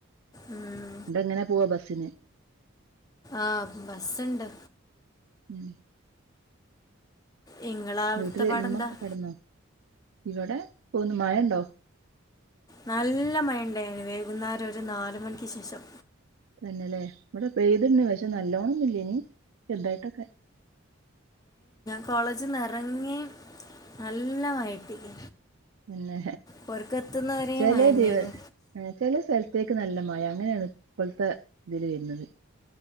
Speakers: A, on the left (about 15°); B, on the right (about 70°).
A: ഉം.
B: ട്ടങ്ങനെ പോവാ ബസിന്?
A: ആഹ് ബസ്സ്ണ്ട്.
B: ഉം.
A: നിങ്ങളവിടുത്തെ
B: വീട്ടില്
A: പാടെന്താ
B: ഇമ്മക്കെ കെടന്നോ, ഇവടെ പോകുന്ന്, മഴണ്ടോ?
A: നല്ല മഴണ്ടായിനിം വൈകുന്നാരം ഒരു നാല് മണിക്ക് ശേഷം
B: തന്നെല്ലേ ഇവിടെ പെയ്തിന്ന് പക്ഷെ നല്ലോണന്നുല്ലേനി ചെറ്തായിട്ടൊക്കെ
A: കോളേജിന്നറങ്ങി നല്ല മഴ കിട്ടി
B: തന്നെ
A: പുറക്കെത്തുന്നവരെ
B: ചെലേ
A: മഴ തന്നെയാണ്
B: ദിവസ് ആ ചെലെ സ്ഥലത്ത് ത്തേക്ക് നല്ല മഴ അങ്ങനെയാണ് ഇപ്പളത്തെ ഇതില് വരുന്നത്